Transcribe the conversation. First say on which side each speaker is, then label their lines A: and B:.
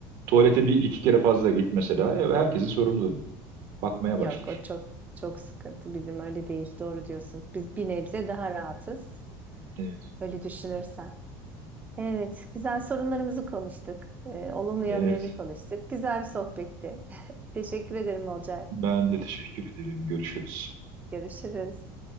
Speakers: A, on the right; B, on the right.
A: Tuvalete bir, iki kere fazla git mesela. E, Herkesin sorumluluğu. Bakmaya
B: Yok
A: başlar.
B: o çok çok sıkıntı. Bizim öyle değil. Doğru diyorsun. Biz bir nebze daha rahatız.
A: Evet.
B: Öyle düşünürsen. Evet, güzel sorunlarımızı konuştuk. Ee, olumlu yönlerini
A: Evet.
B: konuştuk. Güzel bir sohbetti. <laughs> Teşekkür ederim Olcay.
A: Ben de teşekkür ederim. Görüşürüz.
B: Görüşürüz.